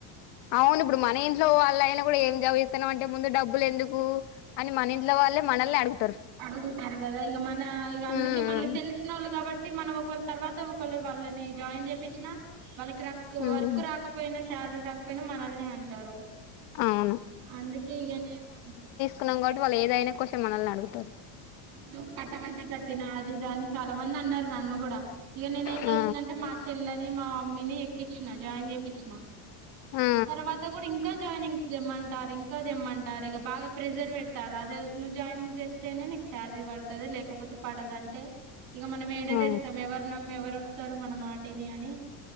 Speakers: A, on the left; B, on the right.
A: అవును ఇప్పుడు మన ఇంట్లో వాళ్ళ అయినా ఇప్పుడు ఏం చదివితన్నావు అంటే ముందు డబ్బులు ఎందుకు అని మన ఇంట్లో వాళ్ళే మనల్ని అడుగు
B: అడుగుతారు కదా ఇక మన ఇ అందుకే
A: ఉమ్
B: మళ్ళీ తెలిసిన వాళ్ళు కాబట్టి మనం ఒకవేళ తర్వాత వల్ల వాళ్ళని జాయిన్ చేపించిన వాళ్ళకి
A: ఉమ్
B: వర్క్ రాకపోయినా శాలరీ రాకపోయినా మనల్ని అంటారు
A: అవును
B: అందుకే ఇ నేను
A: కునం వాళ్ళు ఏదైనా క్వశ్చన్ మనల్నే అడుగుతారు
B: నువ్వు కట్టమంటే కట్టినా అదిదా అని చాలా మంది అన్నారు నన్ను కూడా ఇక నేనే ఏం చేస్త
A: ఆ
B: మా చెల్లనీ మా మమ్మీని ఎక్కించిన జాయిన్ చేపించిన
A: ఆ
B: తర్వాత కూడా ఇంకా జాయినింగ్ చేమంటారు ఇంకా తేమంటారు ఇంకా బాగా ప్రెషర్ పెడతారు అది నువు జయినింగ్స్ తేనె నీకి శాలరీ పడుతది లేకపోతే పడదంటే ఇక మనం ఏడదేస్తాం
A: ఆ
B: ఎవరు నమ్మి ఎవరు వస్తారు మన మాటిని అని